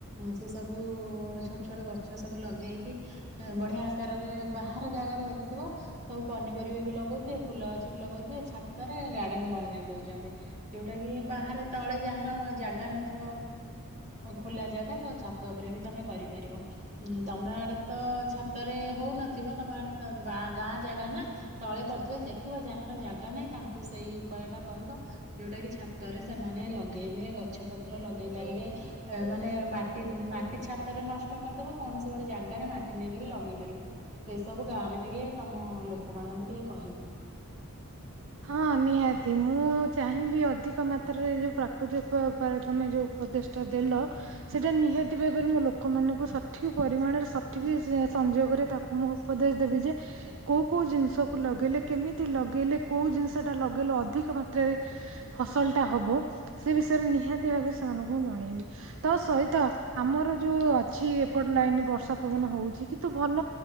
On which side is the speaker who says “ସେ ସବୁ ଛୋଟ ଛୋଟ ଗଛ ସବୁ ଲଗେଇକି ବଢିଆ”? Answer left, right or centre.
Right